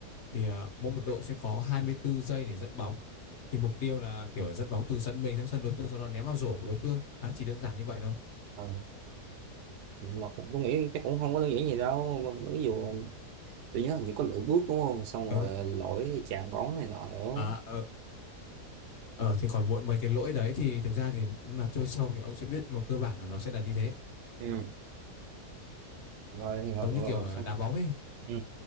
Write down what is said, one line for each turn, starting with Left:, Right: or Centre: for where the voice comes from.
Left: Thì ờ, mỗi một đội sẽ có 24 giây để dẫn bóng. Thì mục tiêu là kiểu dẫn bóng từ sân mình sang sân đối phương sau đó ném vào rổ của đối phương. Đấy, chỉ đơn giản như vậy thôi.
Right: ờ mà tôi nghĩ chắc cũng không có đơn giản gì đâu ví dụ tôi nhớ hình như có lỗi bước đúng không xong
Left: Ờ,
Right: rồi lỗi chạm bóng này nọ nữa
Left: à, ờ, ờ, thì còn mỗi mấy cái lỗi đấy thì thực ra thì lúc nào chơi sâu thì ông sẽ biết nhưng mà cơ bản là nó sẽ là như thế.
Right: ừ rồi thì rồi,
Left: Giống
Right: rồi,
Left: như kiểu
Right: rồi
Left: ờ,
Right: xong
Left: đá bóng ấy
Right: ừ